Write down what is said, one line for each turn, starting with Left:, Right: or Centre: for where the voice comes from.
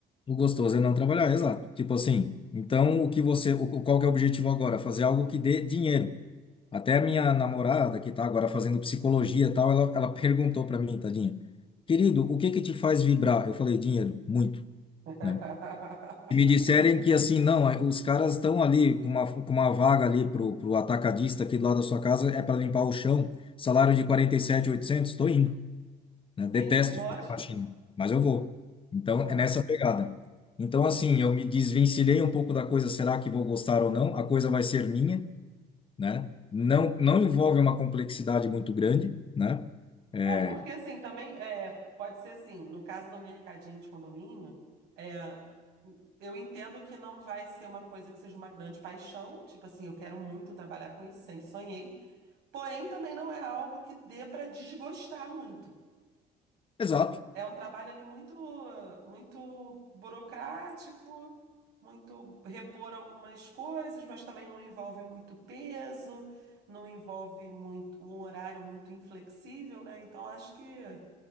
Left: O gostoso é não trabalhar, exato. Tipo assim, então o que você, o, qual que é o objetivo agora? Fazer algo que dê dinheiro. Até a minha namorada, que tá agora fazendo psicologia e tal, ela, ela <laughs> perguntou para mim, tadinha, querido, o que que te faz vibrar? Eu falei, dinheiro, muito,
Right: <laughs>
Left: né? E me disserem que assim, não, é, os caras estão ali com uma, com uma vaga ali pro, pro atacadista aqui do lado da sua casa, é para limpar o chão, salário de quarenta e sete mil e oitocentos tô indo né?
Right: Sim,
Left: Detesto
Right: lógico.
Left: fazer faxina, mas eu vou. Então,
Right: Aham.
Left: é nessa pegada. Então, assim, eu me desvencilhei um pouco da coisa, será que vou gostar ou não? A coisa vai ser minha, né? Não, não envolve uma complexidade muito grande, né? É,
Right: É, porque assim, também é, pode ser assim, no caso do mercadinho de condomínio, é, eu entendo que não vai ser uma coisa que seja uma grande paixão. Tipo assim, eu quero muito trabalhar com isso, sempre sonhei. Porém, também não é algo que dê para desgostar muito.
Left: Exato.
Right: É um trabalho ali muito, muito burocrático, muito repor algumas coisas, mas também não envolve muito peso, não envolve muito um horário muito inflexível, né? Então acho que